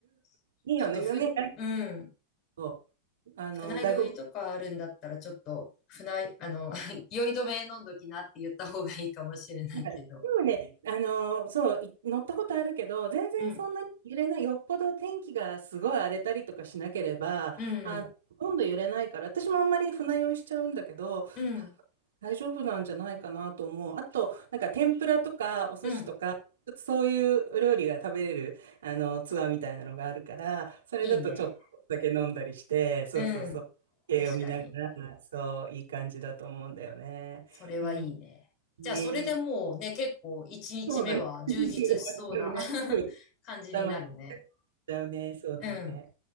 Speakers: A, on the left (about 35°); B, on the right (about 65°).
A: <laughs>
B: いいよね。
A: ちょっとふ、
B: ね、
A: うん。
B: そうあの、
A: 船酔いとかあるんだったら、
B: 外国、
A: ちょっと、船、あの、<laughs> 酔い止め飲んどきなって言った方がいいかもしれないけど。
B: なんかでもね、あのーそう、い乗ったことあるけど、全然そんなに揺れない、
A: うん、
B: よっぽど天気がすごい荒れたりとかしなければ、
A: うん、
B: あの、ほとんど揺れないから、私もあんまり船酔いしちゃうんだけど、
A: うん、
B: 多分大丈夫なんじゃないかなと思う。あと、なんか天ぷらとかお寿司とか、
A: うん。
B: ちょっとそういうお料理が食べれる、あの、ツアーみたいなのがあるから、それだとちょっとだけ飲んだりして、
A: いいね。
B: そうそうそう、
A: うん。
B: 絵を見ながら、
A: 確かに。
B: そう、いい感じだと思うんだよね。
A: それはいいね。
B: うん、ね
A: じゃあ、それでもうね、結構1日目は充実しそうな
B: そうだね。<laughs> だよね。そ
A: <laughs> 感じになるね。
B: たまにだよね。そうだね。
A: うん。